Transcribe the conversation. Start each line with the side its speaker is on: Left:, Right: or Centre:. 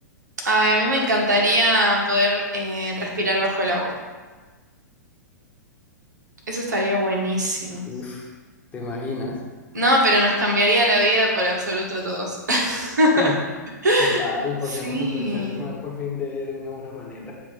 Right: Ay, a mí me encantaría poder eh, respirar bajo el agua. Eso estaría buenísimo.
Left: Uf, ¿te imaginas?
Right: No, pero nos cambiaría la vida por absoluto a todos. <laughs>
Left: Hmm, total,
Right: Sí.
Left: podríamos aprovechar el mar por fin de, de una buena manera.